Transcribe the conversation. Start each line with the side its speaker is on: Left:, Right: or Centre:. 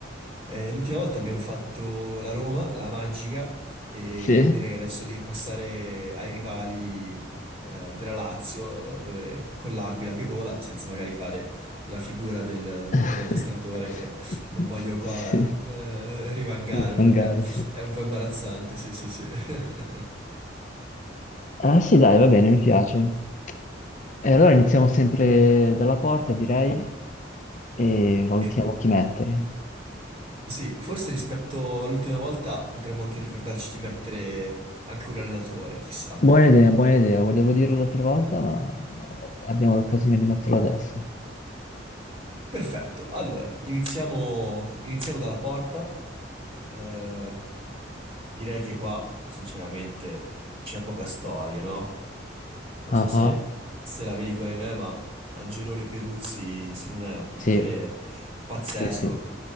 Right: eh, l'ultima volta abbiamo fatto la Roma, la Magica, e
Left: Sì.
Right: direi adesso di passare ai rivali, eh, della Lazio, dove, con l'Aquila che vola, senza magari fare la figura del-
Left: <laughs>
Right: dell'addestratore che non voglio qua,
Left: Sì.
Right: eh, rivangare
Left: Fangare,
Right: perché
Left: sì.
Right: è un po' imbarazzante, sì, sì, sì. <laughs>
Left: Ah, sì, dai, va bene, mi piace. E allora iniziamo sempre dalla porta, direi, e valutiamo
Right: E
Left: chi mettere.
Right: sì, forse rispetto all'ultima volta potremmo anche ricordarci di mettere anche un allenatore, chissà.
Left: Buona idea, buona idea, volevo dirlo l'altra volta, ma eh, abbiamo l'occasione di metterlo adesso.
Right: Perfetto, allora iniziamo, iniziamo dalla porta. Eh, direi che qua, sinceramente, c'è poca storia, no? Non
Left: Ah,
Right: so se,
Left: ah,
Right: se la vedi come me, ma Angelone Peruzzi, secondo me, è un portiere
Left: Sì,
Right: pazzesco.
Left: sì, sì.